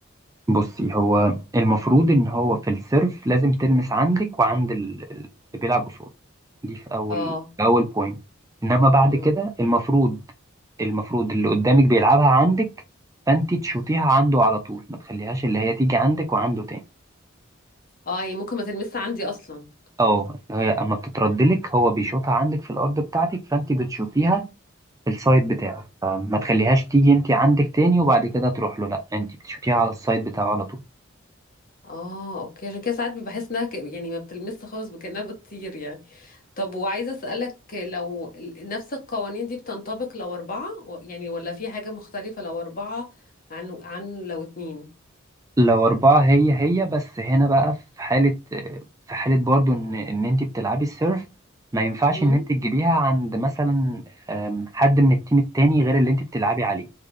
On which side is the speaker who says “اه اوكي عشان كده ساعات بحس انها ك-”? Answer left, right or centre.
Left